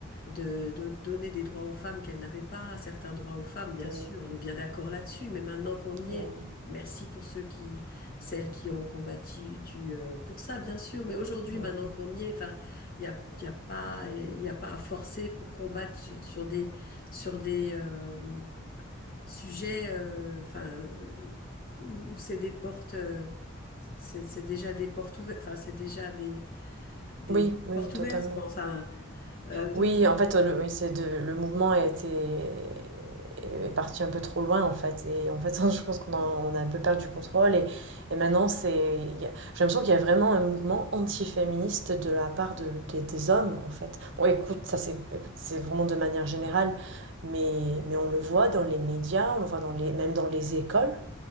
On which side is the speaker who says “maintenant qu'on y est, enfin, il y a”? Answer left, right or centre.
Left